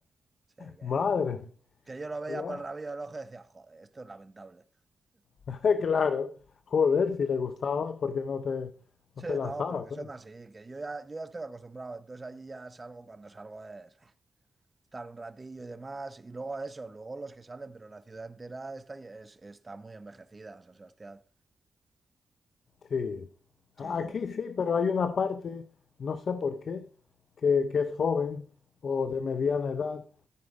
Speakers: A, on the right; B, on the left.
A: Sí, que,
B: Madre.
A: que yo lo veía
B: Guau.
A: por el rabillo del ojo y decía, joder, esto es lamentable.
B: <laughs> Claro. Joder, si le gustabas porque no te,
A: Sí,
B: no se lanzaba,
A: no, pero que
B: claro.
A: son así, que yo ya, yo ya estoy acostumbrado. Entonces allí ya salgo cuando salgo es bah, estar un ratillo y demás. Y luego eso, luego los que salen, pero la ciudad entera está, ya- es, está muy envejecida, San Sebastián.
B: Sí.
A: Sí,
B: A-
A: yo.
B: Aquí sí, pero hay una parte, no sé por qué, que, que es joven o de mediana edad